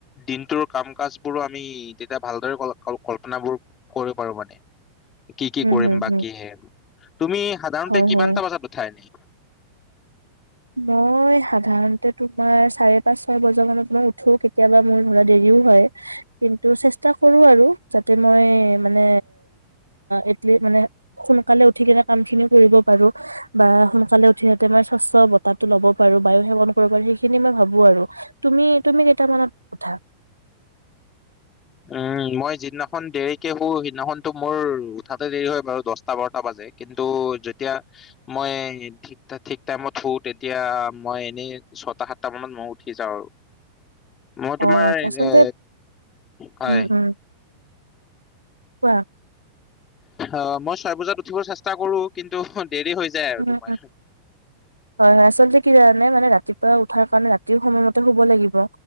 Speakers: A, on the left; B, on the right.
A: দিনটোৰ কাম কাজ বোৰো আমি তেতিয়া ভাল। কল্পনাবোৰ কৰিব পাৰো মানে। কি-কি
B: হম
A: কৰিম
B: হম
A: বা
B: হম
A: কিহে? তুমি সাধাৰণতে
B: হয়
A: কিমানটা
B: হয়
A: বজাত উঠা এনেই।
B: মই সাধাৰণতে তোমাৰ চাৰে পাঁচ ছয় বজা মানত মই উঠো কেতিয়াবা মোৰ ধৰা দেৰিও হয়। কিন্তু চেষ্টা কৰোঁ আৰু যাতে মই মানে এটলি মানে সোনকালে উঠি কিনে কামখিনি কৰিব পাৰো বা সোনকালে সিহঁতে মানে স্ব্ছ তাতো ল'ব পাৰো বায়ু সেৱন কৰিবা সেইখিনি মই ভাবো আৰু তুমি তুমি কেইটামানত উঠা?
A: এম মই যিদিনাখন দেৰিকে শো সিদিনাখনতো মোৰ উঠাতে দেৰি হয় বাৰু দশটা বাৰটা বাজে কিন্তু এতিয়া মই ঠিক ঠিক টাইমত শো তেতিয়া মই এনেই ছয়টা সাতটা মানত মই উঠি যাওঁ আৰু মই তোমাৰ
B: অ আচলতে
A: এ হয়।
B: উম উম কোৱা
A: অঁ মই ছয় বজাত উঠিব চেষ্টা কৰো কিন্তু দেৰি হৈ যায় আৰু
B: উম
A: তোমাৰ
B: উম, হয় হয় আচলতে কি জানানে ৰাতিপুৱা উঠাৰ কাৰণে ৰাতিও সময়মতে শুব লাগিব